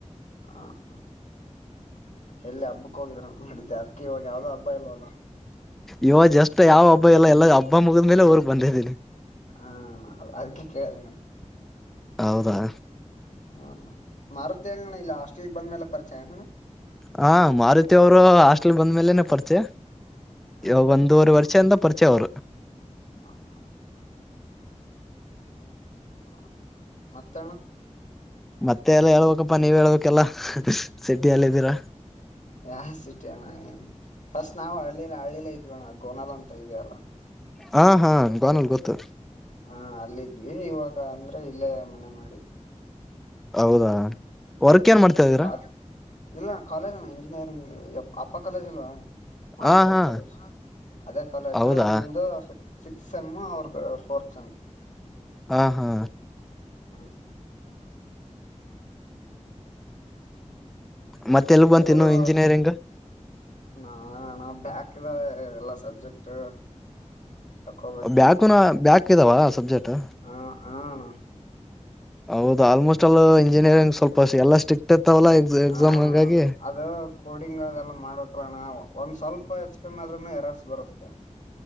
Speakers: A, on the left; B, in the centre.
A: ಹ ಹಾ ಎಲ್ಲಿ ಹಬ್ಬಕ್ ಹೋಗಿದ್ರೆ ನಡಿದ್ದ ಅದ್ಕೆ ಇವಾಗ ಯಾವ್ದೋ ಹಬ್ಬ ಇಲ್ವಲ್ಲ.
B: ಇವಾ ಜಸ್ಟ್
A: ಹಾ
B: ಯಾವ ಹಬ್ಬ ಇಲ್ಲ ಎಲ್ಲ ಹಬ್ಬ ಮುಗಿದ ಮೇಲೆ ಊರಿಗೆ ಬಂದಿದ್ದೀನಿ.
A: ಹ ಅದಕ್ಕೆ ಕೇಳದೆ ಅಣ್ಣ
B: ಹೌದಾ.
A: ಹಾ ಮಾರುತಿ ಯಗಣ್ಣ ಇಲ್ಲಿ ಹಾಸ್ಟಲ್ಗೆ ಬಂದ್ಮೇಲೆ ಪರಿಚಯಣ್ಣ.
B: ಹ ಮಾರುತಿ ಅವರು ಹಾಸ್ಟೆಲ್ಗೆ ಬಂದ ಮೇಲೆನೆ ಪರಿಚಯ.
A: ಹ
B: ಇವಾಗ ಒಂದೂವರೆ ವರ್ಷ ಇಂದ ಪರಿಚಯ ಅವರು.
A: ಹಾ ಹಾ ಹ ಮತ್ತೆ ಅಣ್ಣ
B: ಮತ್ತೆ ಎಲ್ಲ ಹೇಳ್ಬೇಕಪ್ಪ ನೀವ್ ಹೇಳ್ಬೇಕೆಲ್ಲ ಸಿಟಿಯಲ್ಲಿ ಇದ್ದೀರಾ.
A: ಯಾ ಸಿಟಿ ಅಣ್ಣ ಏನ್ ಫಸ್ಟ್ ನಾವು ಹಳ್ಳಿಲೇ ಹಳ್ಳಿಲೇ ಇದ್ ದಿವಿ ಅಣ್ಣ ಗೋನಾಲ್ ಅಂತ ಇದೆ ಅಲ್ಲ.
B: ಹಾ ಹಾ ಗೋನಲ್ ಗೊತ್ತು
A: ಹಾ ಅಲ್ಲಿದ್ವಿ ಇವಾಗ ಅಂದ್ರೆ ಇಲ್ಲೇ ಮನೆ ಮಾಡಿದ್
B: ಹೌದಾ ವರ್ಕ್
A: ಹ
B: ಏನ್ ಮಾಡ್ತಾ ಇದೀರಾ
A: ಕಾಲ್‌ ಇಲ್ಲ ಕಾಲೇಜ್ ಅಣ್ಣ ಇಂಜಿನಿಯರಿಂಗ್ ಅಪ್ಪ ಕಾಲೇಜ್ ಅಲ್ವಾ. ಮಾರುತಿ
B: ಹ
A: ಅವರ್
B: ಹಾ
A: ಕಾಲೇಜು ಅದೇ ಕಾಲೇಜು
B: ಹೌದಾ
A: ನಂದು ಶ್ ಸಿಕ್ಸ್ ಸೇಮ್ ಅವ್ರದ್ ಪೋರ್ತ್ ಸೇಮ್.
B: ಹಾ ಹಾ
A: ಹಾ <unintelligible>
B: ಮತ್ತೆ ಎಲ್ ಬಂತ
A: ಇವರು
B: ನ ಇಂಜಿನಿಯರಿಂಗ್
A: ನಾ ನಾ ಬ್ಯಾಕ್ದ ಎಲ್ಲಾ ಸಬ್ಜೆಕ್ಟ್ ತಕೋಬೇಕಿನ್ನು
B: ಬ್ಯಾಕುನ ಬ್ಯಾಕ್ ಇದಾವ ಸಬ್ಜೆಕ್ಟ್.
A: ಹ ಹ.
B: ಹೌದ ಆಲ್ಮೋಸ್ಟ್ ಅಲ್ಲಿ ಇಂಜಿನಿಯರಿಂಗ್ ಸ್ವಲ್ಪಷ್ಟ ಎಲ್ಲ ಸ್ಟ್ರಿಕ್ಟ್ ಇತ್ತವಲ್ಲ ಎ ಎಕ್ಸಾಮ್
A: ಹಣ
B: ಹಂಗಾಗಿ.
A: ಅದು ಕೋಡಿಂಗ್ ಅದೆಲ್ಲ ಮಾಡ್ಬೇಕಲಣ್ಣ ಒಂದ್ ಸ್ವಲ್ಪ ಹೆಚ್ಚುಕಮ್ಮಿ ಆದ್ರೂ ಎರಾರ್ಸ್ ಬರುತ್ತೆ